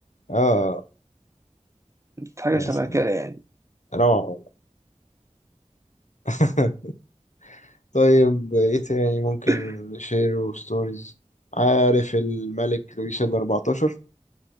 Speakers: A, on the left; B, on the right.
A: اه
B: حاجة
A: يا
B: شبه
A: سلام
B: كده يعني
A: روعة والله <laughs> طيب ايه تاني ممكن
B: <laughs>
A: نشير وستوريز عارف الملك لويس الأربعتاشر